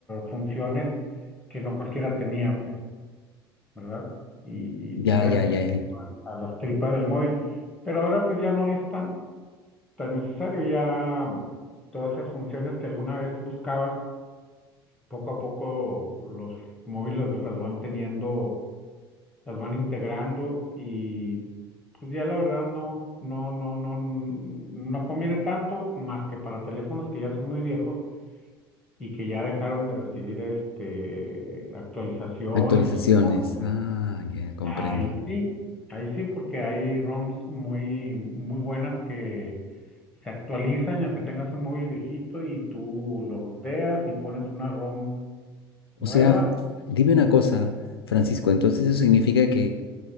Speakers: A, in the centre; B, on the left.
A: funciones que no cualquiera tenía, pues. ¿verdad? Y, y
B: Ya,
A: tener
B: ya,
A: acceso
B: ya. ya.
A: a, a las tripas del móvil. Pero ahora pues ya no es tan, tan necesario, ya mm, todas esas funciones que alguna vez buscabas, poco a poco los móviles las las van teniendo, las van integrando y pues ya la verdad no, no, no, no, mm, no conviene tanto más que para teléfonos que ya son muy viejos y que ya dejaron de recibir este actualizaciones
B: Actualizaciones.
A: y soporte
B: Ah, ya comprendo.
A: Ahí sí, ahí sí, porque hay ROMs muy, muy buenas que se actualizan, y aunque tengas un móvil viejito y tú lo ruteas y pones una ROM nueva,
B: O sea, dime una cosa, Francisco, entonces eso significa que